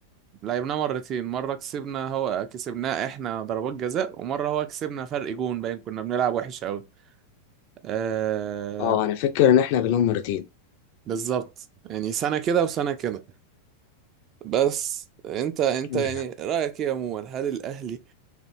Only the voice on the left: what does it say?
اه انا فاكر ان احنا بنهم مرتين
الحمد
لله.